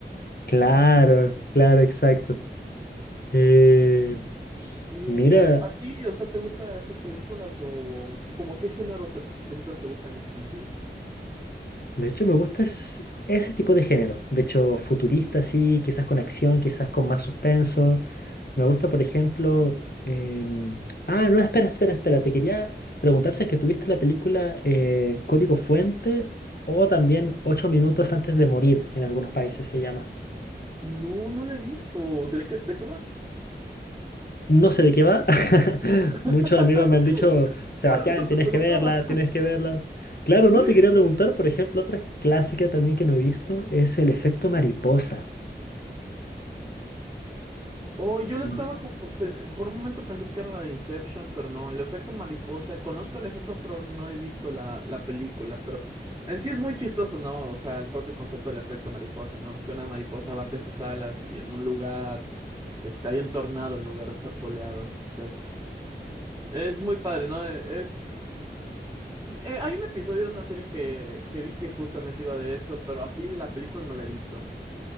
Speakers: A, on the left; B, on the right.
A: Claro, claro, exacto. Eh,
B: Y
A: mira,
B: eh, a ti, o sea, ¿te gustan esas películas o, o como qué género de películas te gustan en sí?
A: de hecho me gusta es- ese tipo de género. De hecho, futurista, sí, quizás con acción, quizás con más suspenso. Me gusta, por ejemplo... em, Ah, no, espera, espera, espera. Te quería preguntar si es que tuviste la película eh, Código Fuente o también Ocho minutos antes de morir en algunos países se llama.
B: No, no la he visto. ¿De qué, de qué va?
A: No sé de qué va. <laughs> Muchos
B: <laughs>
A: amigos me han dicho, Sebastián,
B: Por eso te
A: tienes
B: preguntaba.
A: que verla, tienes que verla. Claro,
B: <laughs>
A: no, te quería preguntar, por ejemplo, otra clásica también que no he visto es el efecto mariposa.
B: Oh, yo la
A: No
B: estaba como, pe- por un momento pensé que era la de Inception, pero no, el efecto mariposa, conozco el efecto, pero no he visto la, la película, pero en sí es muy chistoso, ¿no? O sea, el propio concepto del efecto mariposa, ¿no? Que una mariposa bate sus alas y en un lugar, este, hay un tornado en lugar de estar soleado, o sea, es, es muy padre, ¿no? E- Es... eh, hay un episodio de una serie que, que vi que justamente iba de eso, pero así la película no la he visto.